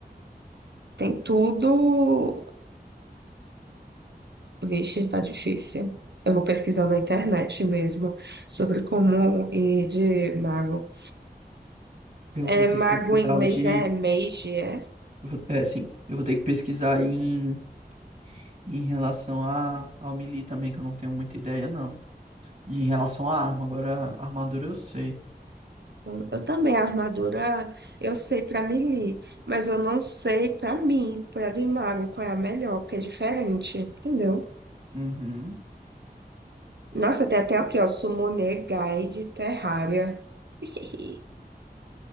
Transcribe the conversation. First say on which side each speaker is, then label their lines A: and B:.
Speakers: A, on the right; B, on the right.
A: Tem tudo. Vixe, tá difícil. Eu vou pesquisar na internet mesmo sobre como ir de mago.
B: Eu
A: É,
B: vou ter
A: mago
B: que pesquisar
A: em inglês
B: o de.
A: é mage, é?
B: eu vou- É, sim, eu vou ter que pesquisar em, em relação a, ao melee também, que eu não tenho muita ideia, não. E em relação à arma, agora a armadura eu sei.
A: Eu, eu também, a armadura, eu sei pra melee, mas eu não sei pra mim, pra de mago, qual é a melhor, porque é diferente, entendeu?
B: Uhum.
A: Nossa, tem
B: Deixa
A: até
B: eu
A: aqui,
B: ver.
A: ó, Summoner Guide Terraria. <laughs>